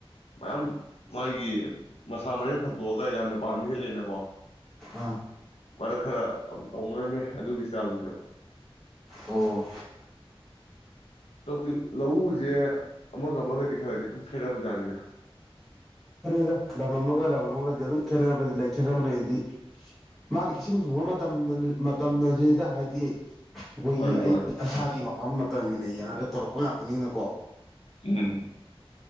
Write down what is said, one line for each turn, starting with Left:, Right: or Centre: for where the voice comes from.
Left: ꯃꯌꯥꯝ ꯃꯥꯒꯤ ꯃꯁꯥ ꯃꯔꯦꯡ ꯐꯟꯗꯣꯛꯑꯒ ꯌꯥꯝꯅ ꯄꯥꯟꯕ ꯍꯦꯜꯂꯦꯑꯦꯅꯀꯣ
Centre: ꯑꯥ
Left: ꯃꯔꯛ ꯈꯔ ꯌꯥꯝ ꯇꯧꯅꯔꯝꯃꯦ ꯑꯗꯨꯒꯤ ꯏꯁꯇꯥꯏꯜꯗꯨꯁꯨ
Centre: ꯑꯣ
Left: ꯇꯧꯕꯗꯤ ꯂꯧꯎꯁꯦ ꯑꯃꯒ ꯑꯃꯒꯗꯤ ꯈꯔꯗꯤ ꯗꯨꯨꯝ ꯈꯦꯠꯅꯕꯖꯅꯤꯗ
Centre: ꯐꯔꯗ ꯂꯝ ꯑꯃꯒ ꯂꯝ ꯑꯃꯒꯗꯤ ꯑꯗꯨꯝ ꯈꯦꯠꯅꯕ ꯂꯩ ꯈꯦꯠꯅꯕ ꯂꯩꯗꯤ ꯃꯥꯒꯤ ꯏꯁꯤꯡ ꯍꯨꯡꯕ ꯃꯇꯝꯗ ꯃꯇꯝ ꯅꯖꯤꯗ ꯍꯥꯏꯗꯤ ꯑꯩꯈꯣꯏꯒꯤ
Left: ꯃꯥꯅꯤ
Centre: ꯑꯩ
Left: ꯃꯥꯅꯤ
Centre: ꯏꯁꯁꯥꯒꯤ ꯃꯞ ꯃ ꯃꯇꯟꯅ ꯌꯥꯒ ꯇꯧꯔꯛꯄ ꯉꯥꯛꯇꯅꯤꯅꯀꯣ
Left: ꯎꯝ